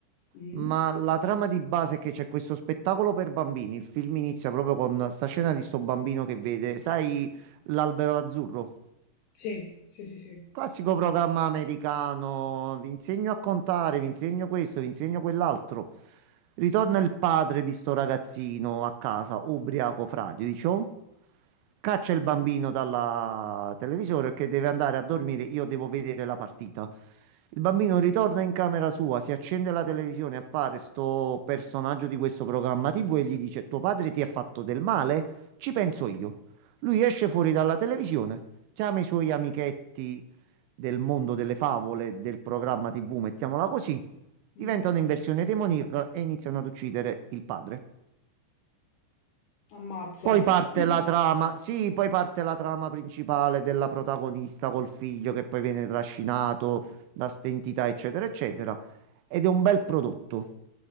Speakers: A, on the left; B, on the right.
A: Mm.
B: ma la trama di base è che c'è questo spettacolo per bambini. Il film inizia proprio con sta scena di sto bambino che vede, sai, l'albero azzurro?
A: Sì, sì, sì, sì.
B: Classico programma americano, vi insegno a contare, vi insegno questo, vi insegno quell'altro. Ritorna il padre di sto ragazzino a casa, ubriaco fradicio, caccia il bambino dalla televisione che deve andare a dormire, io devo vedere la partita. Il bambino ritorna in camera sua, si accende la televisione, appare sto personaggio di questo programma TV e gli dice: Tuo padre ti ha fatto del male? Ci penso io. Lui esce fuori dalla televisione, chiama i suoi amichetti del mondo delle favole, del programma TV, mettiamola così, diventano
A: Mm.
B: in versione demoniaca e iniziano ad uccidere il padre.
A: Ammazza.
B: Poi parte
A: <laughs>
B: la trama, sì, poi parte la trama principale della protagonista col figlio che poi viene trascinato da ste entità, eccetera, eccetera. Ed è un bel prodotto.